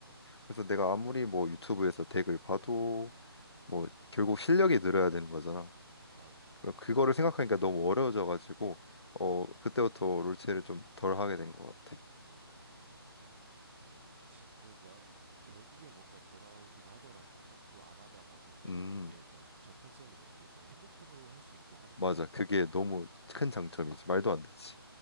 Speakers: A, on the left; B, on the right.
A: 그래서 내가 아무리 뭐 유튜브에서 덱을 봐도 뭐 결국 실력이 늘어야 되는 거잖아.
B: 맞아.
A: 그 그거를 생각하니까 너무 어려워져가지고 어 그때부터 롤체를 좀 덜 하게 된 것 같아.
B: 음. 그치. 그래도 나는 결국에 뭔가 돌아오긴 하더라고. 좀 안 하다가도. 왜냐면
A: 음
B: 이게 일단 접근성이 좋고 또 핸드폰으로도 할 수 있고 하니까.
A: 맞아. 그게 너무 큰 장점이지.
B: 어.
A: 말도 안 되지.